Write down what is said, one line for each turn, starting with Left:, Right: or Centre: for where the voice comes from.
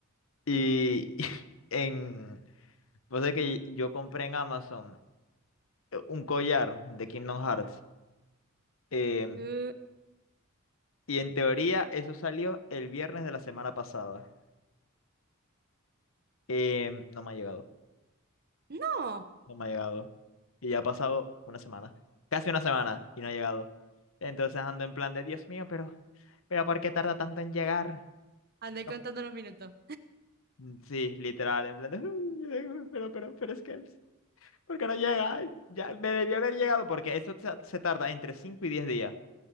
Left: Y <laughs> en, pues es que yo compré en Amazon eh, un collar de Kingdom Hearts. em,
Right: Uh,
Left: y en teoría eso salió el viernes de la semana pasada. Em, no me ha llegado,
Right: no,
Left: no me ha llegado. Y ya ha pasado una semana, casi una semana, y no ha llegado. Entonces ando en plan de, Dios mío, pero, pero ¿por qué tarda tanto en llegar?
Right: andé
Left: No-
Right: contando los minutos.
Left: mm, Sí, literal, en plan de, <laughs> pero, pero, pero es que... Porque no llega. Ay, Ya me debió haber llegado porque esto ta- se tarda entre 5 y 10 días.